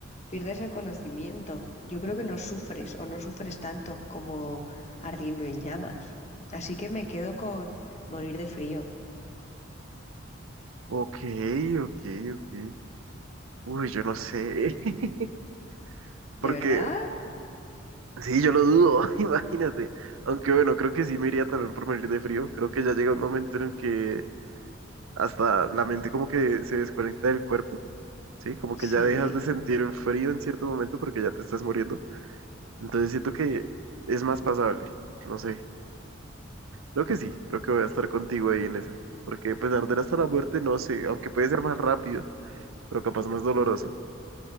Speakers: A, on the left; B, on the right.
A: pierdes el conocimiento. Yo creo que no sufres o no sufres tanto como ardiendo en llamas. Así que me quedo con morir de frío.
B: ok, ok, ok. Uy, yo no sé. <laughs>
A: ¿De
B: Porque
A: verdad?
B: sí, yo lo dudo, <laughs> imagínate. Aunque bueno, creo que sí me iría también por morir de frío. Creo que ya llega un momento en el que hasta la mente como que se desconecta del cuerpo, ¿sí? Como
A: Sí.
B: que ya dejas de sentir el frío en cierto momento porque ya te estás muriendo. Entonces siento que es más pasable. No sé. Creo que sí, creo que voy a estar contigo ahí en esa. Porque pues arder hasta la muerte, no sé, aunque puede ser más rápido. pero capaz más doloroso.